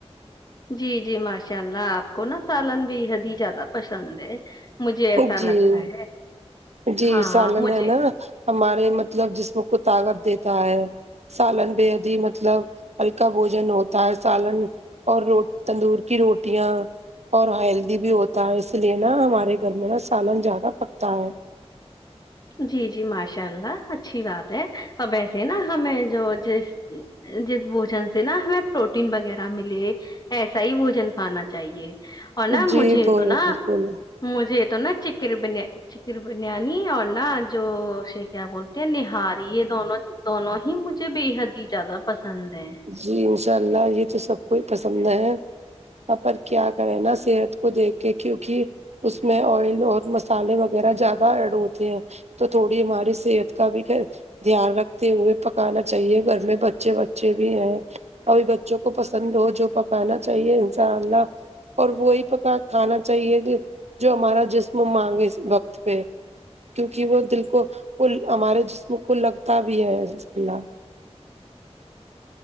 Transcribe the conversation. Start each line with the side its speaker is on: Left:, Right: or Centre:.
Left: جی جی ماشاء اللہ آپ کو نا سالن بے حد ہی زیادہ پسند ہے مجھے ایسا
Right: جی
Left: لگتا ہے
Right: جی
Left: ہاں
Right: سالن
Left: ہاں مجھے
Right: ہے نا ہمارے مطلب جسم کو طاقت دیتا ہے سالن بے حد ہی مطلب ہلکہ بوجن ہوتا ہے سالن اور رو تندور کی روٹیاں اور ہیلدی بھی ہوتا ہے اس لیے نا ہمارے گھر میں نہ سالن زیادہ پکتا ہے
Left: جی جی ماشاء اللہ اچھی بات ہے اور ویسے نا ہمیں جو جس جس بوجن سے نا ہمیں پروٹین وغیرہ ملے ایسا ہی بوجن کھانا چاہیے اور نہ
Right: جی
Left: مجھے
Right: بول
Left: تو نا
Right: بالکل
Left: مجھے تو نا چکن بن چکن بریانی اور نا جو سے کیا بولتے ہیں نہاری یہ دونوں دونوں ہی مجھے بےحد ہی زیادہ پسند ہے
Right: جی انشاء اللہ یہ تو سب کو ہی پسند ہے پر کیا کریں نا صحت کو دیکھ کے کیونکہ اس میں آئل اور مسالے وغیرہ زیادہ ایڈ ہوتے ہیں تو تھوڑی ہماری صحت کا بھی دھیان رکھتے ہوئے پکانا چاہیے گھر میں بچے بچے بھی ہیں ابھی بچوں کو پسند ہو جو پکانا چاہیے انساء اللہ اور وہی پکا کھانا چاہیے کہ جو ہمارا جسم مانگے اس وقت پہ کیوںکہ وہ دل کو وہ ہمارے جسم کو لگتا بھی ہے ر اللہ